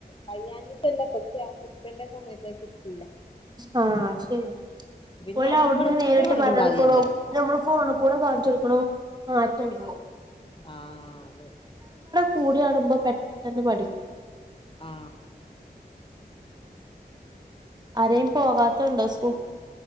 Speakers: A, on the left (about 30°); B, on the right (about 25°).
A: കയാഞ്ഞിട്ടല്ല പക്ഷെ ആ കിട്ടേണ്ട സമയത്ത് അത് കിട്ടിയില്ല
B: ആ അത് ശരിയാ
A: പിന്നെ
B: ഓല്
A: നമ്മള്
B: അവിടുന്ന്
A: എത്ര
B: നേരിട്ട്
A: പറഞ്ഞിട്ടും
B: പറഞ്ഞെടുക്കണം
A: കാര്യല്ല
B: നമ്മള് ഫോണ് കൂടെ കാണിച്ചൊടുക്ക ണുംമാറ്റം ഉണ്ടാവും.
A: ആ അതെ
B: കൂടി ആടുമ്പോ പെട്ടെന്ന് പഠിക്കും.
A: ആ
B: ആരേലും പോകാത്തണ്ടോ സ്